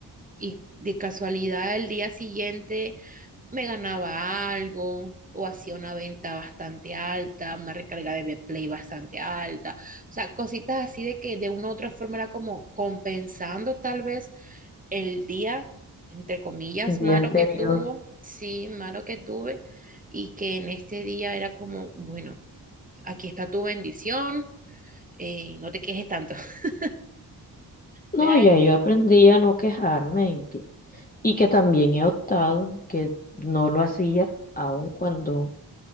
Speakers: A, on the right; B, on the left.
A: y de casualidad el día siguiente me ganaba algo o hacía una venta bastante alta, una recarga de play bastante alta, o sea, cositas así de que de una u otra forma era como compensando tal vez el día, entre comillas,
B: un día
A: malo
B: anterior.
A: que tuvo, sí, malo que tuve y que en este día era como, bueno, aquí está tu bendición, eh, no te quejes tanto. <laughs>
B: No,
A: Deja
B: ya
A: de-
B: yo aprendí a no quejarme en que, y que también he optado que no lo hacía, aun cuando,